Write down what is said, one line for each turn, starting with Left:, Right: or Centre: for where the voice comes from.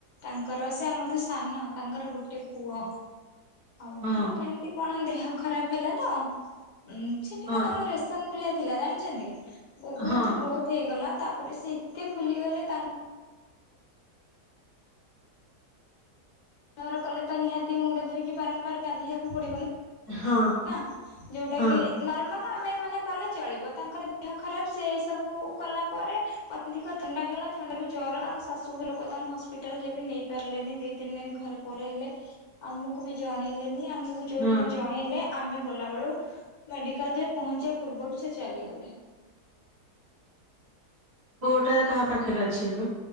Left: ତାଙ୍କର ସେ ଆମଠୁ ସାନ ତାଙ୍କର ଗୋଟେ ପୁଅ। ହଉ
Right: ହଁ
Left: ତାଙ୍କର ଏମିତି କଣ ଦେହ ଖରାପ ହେଲା ତ ଉଁ ସେ ଟିକେ
Right: ହଁ
Left: ତାଙ୍କର ଏସନଫୁଲିଆ ଥିଲା ଜାଣିଚନ୍ତି ବହୁତ
Right: ହଁ
Left: ଗ୍ରୋଥ୍ ହେଇଗଲା ତାପରେ ସେ ଏତେ ଫୁଲି ଗଲେ ତାଙ୍କ ବାର କଲେ ତ ନିହାତି ମୁଣ୍ଡ ଧୋଇକି ବାରମ୍ବାର ଗାଧୋଇବାକୁ ପଡିବ ନା
Right: ହଁ।
Left: ନା ଯୋଉଟା
Right: ହଁ
Left: କି ନର୍ମାଲ ଆମେ ମାନେ କଲେ ଚଳିବ ତାଙ୍କର ଦେହ ଖରାପ ସେ ସବୁ କଲା ପରେ ଅଧିକ ଥଣ୍ଡା ହେଲା ଥଣ୍ଡ ଜର ତାଙ୍କ ଶାଶୁ ଘର ଲୋକ ତାଙ୍କୁ ହସ୍ପିଟାଲ ଯେବେ ନେଇ ପାରିଲେନି ଦି ତିନି ଦିନ ଘରେ ପରେ ହେଲେ ଆମକୁ ବି ଜଣେଇଲେନି ଆମକୁ ଯୋଉ
Right: ହଁ
Left: ଦିନ ଜଣେଇଲେ ଆମେ ଗଲାବେେଳୁ ମେଡିକାଲରେ ପହଞ୍ଚିବା ପୂର୍ବରୁ ସେ ଚାଲିଗଲେ।
Right: ପୁଅ ଟା କାହା ପାଖରେ ଅଛି ଏବେ?